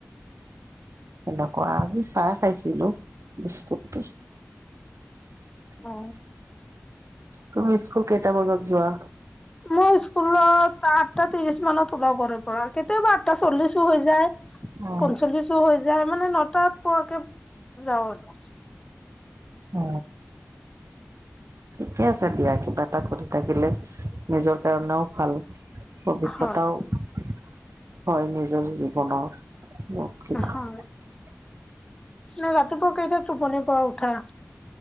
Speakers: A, on the left; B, on the right.
A: <inaudible>
B: সেনেকুৱা আজি চাহ খাইছিলো বিস্কুট দি
A: অ
B: তুমি স্কুল কেইটা বজাত যোৱা
A: মই স্কুলত আঠটা ত্ৰিশ মানত ওলাও ঘ পৰা কেতিয়াবা আঠটা চল্লিশো হৈ যায়
B: অ
A: পঞ্চল্লিছো হৈ যায় মানে নটাত পোৱাকে যাও আৰু
B: অ ঠিকে আছে দিয়া কিবা এটা সধি থাকিলে নিজৰ কাৰণেও ভাল অভিজ্ঞতাও
A: হয়
B: হয় নিজৰ জীৱনৰ। <unintelligible>
A: হয় নে ৰাতিপুৱা কেইটাত টোপনিৰ পৰা উঠা।